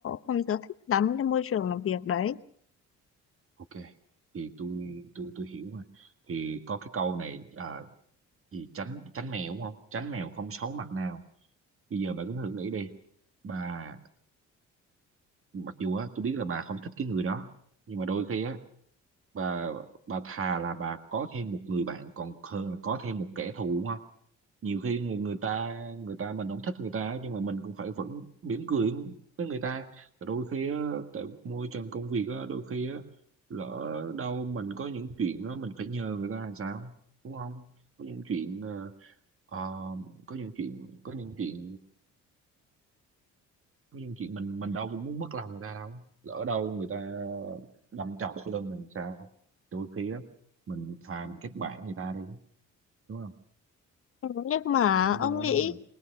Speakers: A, on the left (about 45°); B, on the right (about 45°).
A: không có thích lắm cái môi trường làm việc đấy
B: ok thì tôi tôi tôi hiểu rồi thì có cái câu này à, gì tránh tránh mèo đúng không tránh mèo không xấu mặt nào bây giờ bà cứ thử nghĩ đi bà mặc dù á tôi biết là bà không thích cái người đó nhưng mà đôi khi á bà bà thà là bà có thêm một người bạn còn hơn là có thêm một kẻ thù đúng không nhiều khi người người ta người ta mình không thích người ta á, nhưng mà mình cũng phải vẫn mỉm cười với người ta Và đôi khi á tại môi trường công việc á đôi khi á lỡ đâu mình có những chuyện á mình phải nhờ người ta làm sao đúng không có những chuyện ờ, ờ, có những chuyện có những chuyện có những chuyện mình mình đâu cũng muốn mất lòng người ta đâu lỡ đâu người ta đâm chọc sau lưng mình sao đôi khi á mình thà mình kết bạn người ta đi đúng không
A: Ừ, nhưng mà
B: Bà thấy
A: ông
B: tôi nói
A: nghĩ
B: đúng rồi